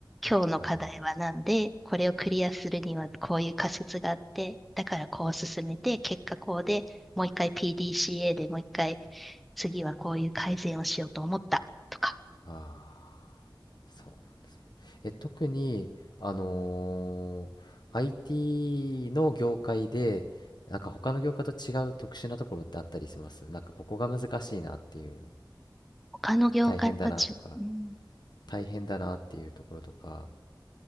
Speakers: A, in the centre; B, on the left.
A: 今日の課題は何でこれをクリアするにはこういう仮説があってだからこう進めて結果こうでもう一回
B: うーん、
A: PDCA でもう一回次はこういう改善をしようと思ったとか
B: ああ、そう。え、特に、あのー IT の業界で、なんか他の業界と違う特殊なところってあったりしますなんかここが難しいなっていう、
A: 他の業界と違う。
B: 大変だなとか、
A: うん
B: 大変だなっていうところとか、